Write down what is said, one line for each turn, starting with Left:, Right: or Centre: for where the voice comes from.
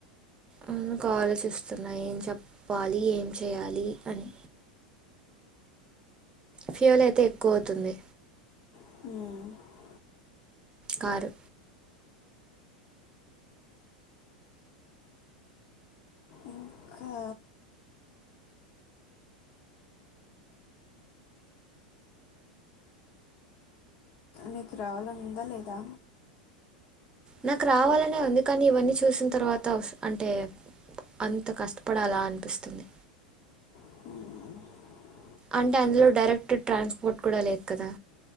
Right: అందుకు ఆలోచిస్తున్నా ఏం చెప్పాలి ఏం చేయాలి అని ఫ్యూయల్ అయితే ఎక్కువ అవుతుంది
Left: మ్
Right: కారు
Left: ఇంకా నీకు రావాలని ఉందా లేదా
Right: నాకు రావాలనే ఉంది కానీ ఇవన్నీ చూసిన తర్వాత అంటే అంత కష్టపడాలా అనిపిస్తుంది
Left: మ్
Right: అంటే అందులో డైరెక్ట్ ట్రాన్స్పోర్ట్ కూడా లేదు కదా